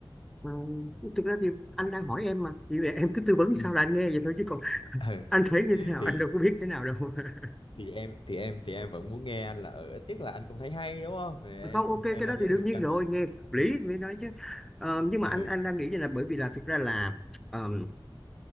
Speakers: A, in the centre; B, on the left.
A: Ờ, th- thực ra thì anh đang hỏi em mà, chỉ em cứ tư vấn
B: Ừ.
A: sao là anh nghe vậy thôi chứ còn
B: <laughs>
A: anh thấy như
B: ừ
A: thế nào
B: thì
A: anh đâu có biết thế nào đâu. <laughs>
B: thì em thì em thì em vẫn muốn nghe anh là ở ít nhất là anh cũng thấy hay đúng không thì em
A: Không,
B: em,
A: ok, cái
B: em đang
A: đó
B: giới
A: thì đương
B: thiệu
A: nhiên
B: cho anh
A: rồi,
B: mà
A: nghe hợp lý
B: Ừ.
A: mới nói chứ. Ờ, nhưng mà
B: ừ
A: anh anh đang nghĩ như là bởi vì là thực ra là ờm,